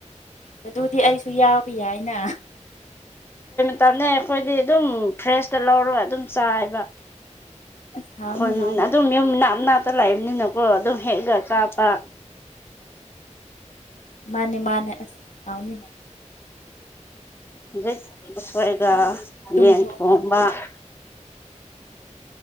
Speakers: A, on the left (about 75°); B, on the left (about 20°).
A: ꯎ ꯑꯗꯨꯗꯤ ꯑꯩꯁꯨ ꯌꯥꯎꯏ ꯍꯥꯏꯅ
B: ꯇꯞꯅꯩ ꯑꯩꯈꯣꯏꯗꯤ ꯑꯗꯨꯝ ꯐ꯭ꯔꯦꯁꯇ ꯂꯧꯔꯒ ꯑꯗꯨꯝ ꯆꯥꯏꯕ
A: ꯑꯁ ꯍꯥꯎꯅꯤ
B: ꯍꯣꯏ
A: ꯍꯥꯎꯅꯤ
B: ꯑꯗꯨꯝ ꯌꯨꯝ ꯅꯥꯞ <unintelligible> ꯇ ꯂꯥꯛꯏꯕꯅꯤꯅꯀꯣ ꯑꯗꯨꯝ ꯍꯦꯛꯒ ꯆꯥꯞꯄ
A: ꯃꯥꯅꯦ ꯃꯥꯅꯦ ꯑꯁ ꯊꯥꯎꯅꯤ ꯍꯥꯏ
B: ꯍꯧꯖꯤꯁꯣꯏꯒ
A: ꯇꯨꯝꯊꯣꯛꯑꯣ
B: ꯌꯦꯟ ꯀꯣꯝꯕ <inaudible>